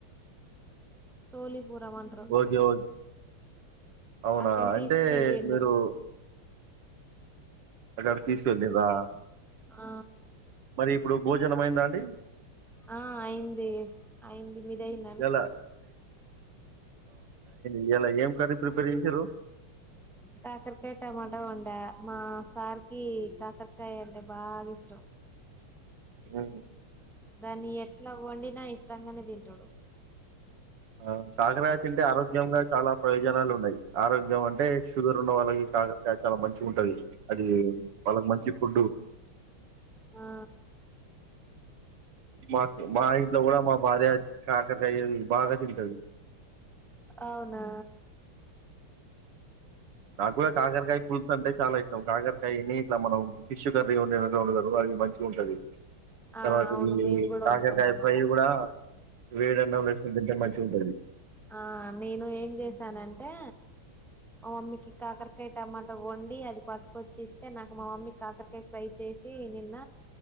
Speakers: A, in the centre; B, on the right.
A: సోలిపురం అంటారు
B: ఓకే ఓకే అవునా
A: అక్కడికి
B: అంటే
A: తీసుకెళ్ళిండు
B: మీరు మీకు అక్కడ తీసుకెళ్ళిరా
A: ఆ
B: మరి ఇప్పుడు భోజనం అయిందా, అండి
A: ఆ అయింది అయింది, మీది అయిందండి
B: ఎలా ఈయల ఎం కర్రీ ప్రిపేర్ చేసిరు
A: కాకరకాయ టమాటా వండా మా సార్ కి కాకరకాయ అంటే బాగా ఇష్టం
B: <unintelligible> ఉమ్
A: దాన్ని ఎట్లా వండినా ఇష్టంగానే తింటాడు
B: ఆ కాకరకాయ తింటే ఆరోగ్యంగా చాలా ప్రయోజనాలు ఉన్నాయి, ఆరోగ్యం అంటే షుగర్ ఉన్న వాళ్ళకి కాక కాయ చాలా మంచిగా ఉంటది అది వాళ్ళకు మంచి ఫుడ్
A: ఆ
B: మాకు మా ఇంట్లో కూడా మా భార్య కాకరకాయ బాగా తింటది
A: అవునా
B: నాకు కూడా కాకరకాయ పులుసు అంటే చాలా ఇష్టం, కాకరకాయని ఇట్లా మనం ఫిష్ కర్రీ వండినట్టు వండుతారు ఇ మంచిగా ఉంటది,
A: ఆ
B: తర్వాత
A: అవును
B: కి
A: మేము
B: ఇది
A: కూడా
B: కాకరకాయ
A: వండుకుంటాం
B: ఫ్రై
A: అలా
B: కూడా వేడి అన్నాం వేసుకోని తింటే మంచిగా ఉంటది.
A: ఆ నేను ఏం చేసానంటే మా మమ్మీకి కాకరకాయ టమాటా వండి అది పట్టుకొచ్చేస్తే నాకు మా మమ్మీ కాకరకాయ ఫ్రై చే సి నిన్న